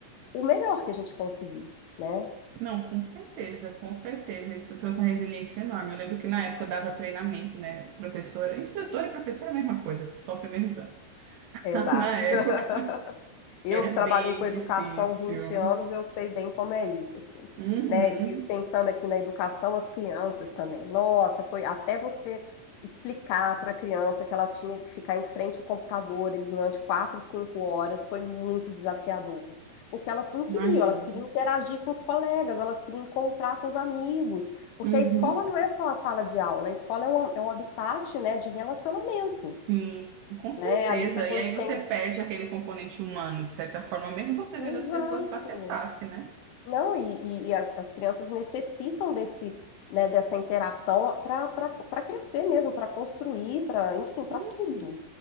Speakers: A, on the left; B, on the right.
A: o melhor que a gente conseguir, né?
B: Não, com certeza, com certeza. Isso trouxe uma resiliência enorme. Eu lembro que na época eu dava treinamento, né? Professora, instrutora e professora é a mesma coisa, sofre o mesmo tanto. <laughs>
A: Exato.
B: Na época
A: <laughs> Eu
B: era
A: que
B: bem
A: trabalhei com
B: difícil.
A: educação 20 anos, eu sei bem como é isso, assim,
B: Uhum,
A: né? E pensando aqui na educação, as crianças também. Nossa, foi até você explicar para a criança que ela tinha que ficar em frente ao computador e durante 4, 5 horas foi muito desafiador. Porque elas não queriam,
B: imagina.
A: elas queriam interagir com os colegas, elas queriam encontrar com os amigos. Porque
B: Uhum,
A: a escola não é só a sala de aula, a escola é um, é um habitat, né, de relacionamento,
B: sim, com certeza.
A: né? É ali que a gente
B: E aí você
A: tem os.
B: perde aquele componente humano, de certa forma, mesmo você
A: Exato.
B: vendo as pessoas face a face, né?
A: Não, e, e- e as, as crianças necessitam desse, né, dessa interação para para crescer mesmo, para construir, para, enfim,
B: Sim.
A: para tudo.